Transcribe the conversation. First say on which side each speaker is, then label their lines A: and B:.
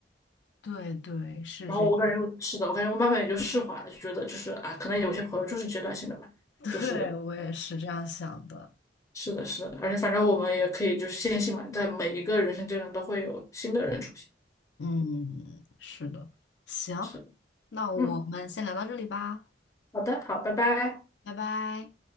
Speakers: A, on the left; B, on the left.
A: 对对，是这样，
B: 然后我感觉是的，我感觉我慢慢也就释怀了，就觉得就是啊，可能有些朋友就是阶段性的吧。
A: <laughs> 对，
B: 就是
A: 我也是这样想的。
B: 是的，是的，而且反正我们也可以就是坚信嘛，在每一个人生阶段都会有新的人出现。
A: 嗯，是的，行，
B: 是的，
A: 那我们先聊到这里吧，
B: 嗯，好的，好，拜拜。
A: 拜拜。